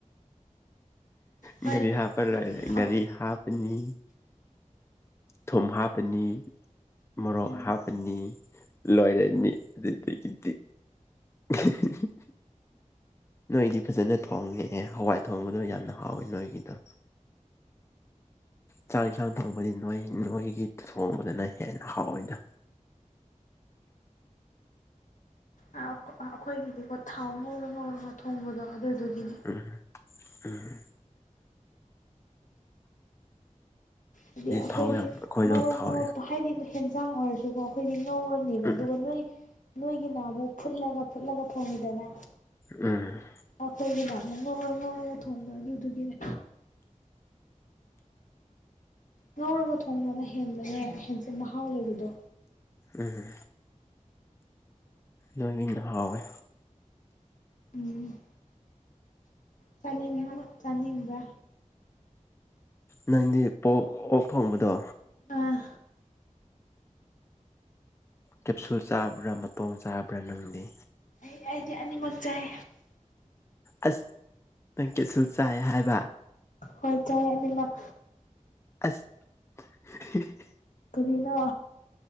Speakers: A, on the left; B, on the left.
A: ꯍꯣꯏ
B: ꯉꯥꯔꯤ ꯍꯥꯞ
A: ꯑ
B: ꯉꯥꯔꯤ ꯍꯥꯞꯄꯅꯤ ꯊꯨꯝ ꯍꯥꯞꯄꯅꯤ ꯃꯣꯔꯣꯛ
A: ꯎꯝ
B: ꯍꯥꯞꯄꯅꯤ ꯂꯣꯏꯔꯅꯤ ꯑꯗꯨꯗꯒꯤꯗꯤ <unintelligible> ꯅꯣꯏꯗꯤ ꯐꯖꯅ ꯊꯣꯡꯉꯦꯍ ꯍꯋꯥꯏ ꯊꯣꯡꯕꯗꯣ ꯌꯥꯝꯅ ꯍꯥꯎꯋꯦ ꯅꯣꯏꯒꯤꯗꯣ ꯆꯥꯛ ꯏꯟꯁꯥꯡ ꯊꯣꯡꯕꯗꯤ ꯅꯣꯏ ꯅꯣꯏꯒꯤ ꯊꯣꯡꯕꯗꯅ ꯍꯦꯟꯅ ꯍꯥꯎꯋꯤꯅ
A: ꯑꯥ ꯑꯩꯈꯣꯏꯒꯤꯗꯤꯀꯣ ꯊꯥꯎ ꯉꯧꯔ ꯉꯧꯔꯒ ꯊꯣꯡꯕꯗꯣ ꯑꯗꯨꯗꯨꯒꯤꯅꯦ
B: ꯎꯝ ꯎꯝ
A: ꯍꯥꯏꯗꯤ ꯑꯩꯈꯣꯏꯗꯤ
B: ꯊꯥꯎ ꯌꯥꯝ ꯑꯩꯈꯣꯏꯗꯣ
A: ꯉꯧꯔ
B: ꯊꯥꯎ
A: ꯅꯧꯔꯛꯄ ꯍꯥꯏꯗꯤ ꯍꯦꯟꯖꯥꯡ ꯑꯣꯏꯔꯁꯨꯀꯣ ꯑꯩꯈꯣꯏꯗꯤ ꯉꯧꯔꯅꯤꯕ
B: ꯎꯝ
A: ꯑꯗꯨꯒ ꯅꯣꯏ ꯅꯣꯏꯒꯤꯅ ꯑꯃꯨꯛ ꯐꯨꯠꯂꯒ ꯐꯨꯠꯂꯒ ꯊꯣꯡꯉꯤꯗꯅ
B: ꯎꯝ
A: ꯑꯩꯈꯣꯏꯒꯤꯅ ꯑꯃꯨꯛ ꯉꯧꯔ ꯉꯧꯔꯒ ꯊꯣꯡꯕ ꯑꯗꯨꯗꯨꯒꯤꯅꯦ ꯉꯧꯔꯒ ꯊꯣꯡꯕꯅ ꯍꯦꯟꯕꯅꯦ ꯍꯦꯟꯁꯦ ꯃꯍꯥꯎ ꯂꯩꯕꯗꯣ
B: ꯎꯝ ꯂꯣꯏꯟꯅ ꯍꯥꯎꯋꯦ
A: ꯎꯝ ꯆꯅꯤꯡꯉꯦ ꯆꯥꯅꯤꯡꯕ꯭ꯔ
B: ꯅꯪꯗꯤ ꯄꯣꯛ ꯑꯣꯛ ꯊꯣꯡꯕꯗꯣ
A: ꯑꯥ
B: ꯀꯦꯞꯁꯨꯜ ꯆꯥꯕ꯭ꯔꯥ ꯃꯇꯣꯡ ꯆꯥꯕ꯭ꯔꯥ ꯅꯪꯗꯤ
A: ꯑꯩ ꯑꯩꯗꯤ ꯑꯅꯤꯃꯛ ꯆꯥꯏ
B: ꯑꯁ ꯅꯪ ꯀꯩꯁꯨ ꯆꯥꯏ ꯍꯥꯏꯕ
A: ꯍꯣꯏ ꯆꯥꯏ ꯑꯅꯤꯃꯛ
B: ꯑꯁ <unintelligible>
A: ꯀꯔꯤꯅꯣ